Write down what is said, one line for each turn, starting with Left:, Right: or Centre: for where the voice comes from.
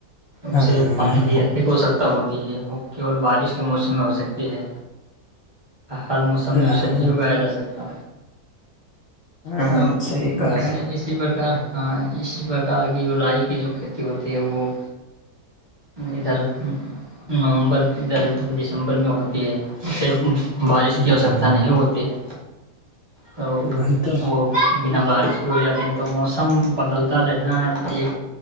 Left: ہاں
Right: اسے پانی بھی اٹھیک ہو سکتا ہوتی ہے وہ کیول بارش کے موسم میں ہو سکتی ہے ہر موسم
Left: ہاں
Right: میں اسے نہیں اگایا جا سکتا
Left: ہاں،
Right: <inaudible>
Left: صحیح کہہ
Right: اس
Left: رہے ہیں
Right: اسی پرک ہاں اسی پرکار کی رائی کی جو کھیتی ہوتی ہے وہ ادھر نومبر ادھر دسمبر میں ہوتی ہے اسے بارش کی
Left: ہوں
Right: آوشکتا نہیں ہوتی ہے تو
Left: وہی تو
Right: وہ بنا بارش بھی ہو جاتی ہے تو موسم بدلتا رہنا ایک